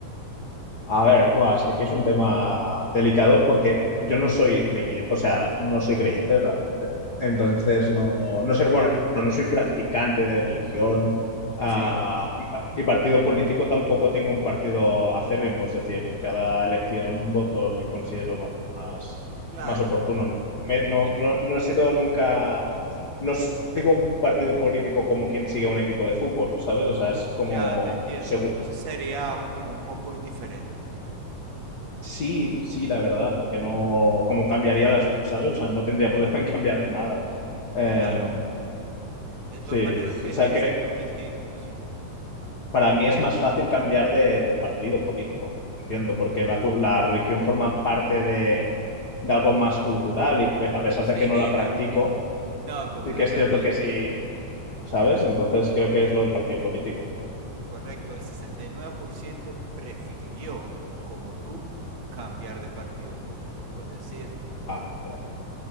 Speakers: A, on the left (about 40°); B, on the right (about 40°).
A: A ver, guau, es que aquí es un tema delicado porque yo no soy creyente, o sea, no soy creyente realmente. Entonces,
B: Claro.
A: no, no sé, bueno, no soy practicante de religión ah,
B: Sí,
A: y, pa- y partido político tampoco tengo un partido acérrimo, es decir, cada elección voto el que considero ma- más,
B: Claro,
A: más oportuno, ¿no? Me- no,
B: en-
A: no, no he sido nunca, no sigo un partido político como quien sigue a un equipo de fútbol, ¿sabes? O sea, es como
B: ya te entiendo.
A: seguridad
B: Entonces sería como un poco indiferente.
A: Sí, sí, la verdad, porque no, como cambiaría las, dos, ¿sabes? O sea, no tendría <laughs> problema en cambiar nada. Eh,
B: Claro. De todas
A: sí,
B: maneras, ¿qué
A: o sea
B: te dicen
A: que
B: tus instintos? <laughs>
A: para mí es más fácil cambiar de, de partido político, entiendo, porque la, cu- la religión forma parte de, de algo más cultural y pe- a pesar
B: Sí,
A: de que no la practico,
B: no. No, completamente.
A: sí que es cierto que sí, ¿sabes? Entonces creo que es lo del partido político.
B: Correcto, el 69% prefirió, como tú, cambiar de partido político. Es decir,
A: Vale, vale.